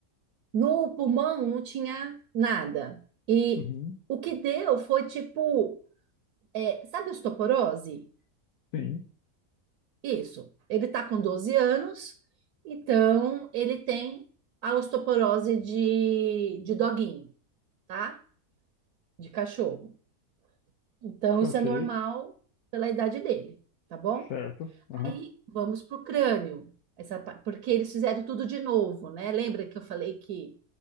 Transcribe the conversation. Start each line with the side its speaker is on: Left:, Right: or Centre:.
Right: No pulmão não tinha nada. E
Left: Uhum,
Right: o que deu foi tipo, é, sabe osteoporose?
Left: sim,
Right: Isso. Ele tá com 12 anos, então ele tem a osteoporose de, de doguinho, tá? de cachorro. Então,
Left: ok,
Right: isso é normal pela idade dele, tá bom?
Left: certo. Uhum.
Right: Aí vamos para o crânio, essa, pa- porque eles fizeram tudo de novo, né? Lembra que eu falei que